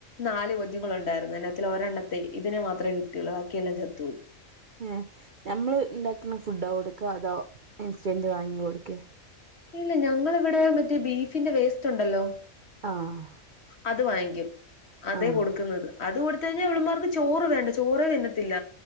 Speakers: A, on the left; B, on the right.
A: നാല് കുഞ്ഞുങ്ങളുണ്ടായിരുന്നു. അതി ന്നത്തിൽ ഒരെണ്ണത്തെ ഇതിനെ മാത്രമേ കിട്ടിയൊള്ളൂ ബാക്കിയെല്ലാം ചത്തു പോയി
B: ഏ നമ്മൾ ഉണ്ടാക്ക് ണ ഫുഡോ കൊടുക്കാ അതോ ഇൻസ്റ്റൻറ്റ് വാങ്ങി കൊടുക്കേ
A: ഇല്ല ഞങ്ങളിവിടെ മറ്റേ ബീഫിന്റെ വേസ്റ്റ് ഉണ്ടല്ലോ
B: ആഹ്
A: അത് വാങ്ങിക്കും അതെ
B: ആഹ്
A: കൊടുക്കുന്നത് അത് കൊടുത്ത് കഴിഞ്ഞാൽ അവളമാർക്ക് ചോറ് വേണ്ട ചോറേ തിന്നത്തില്ല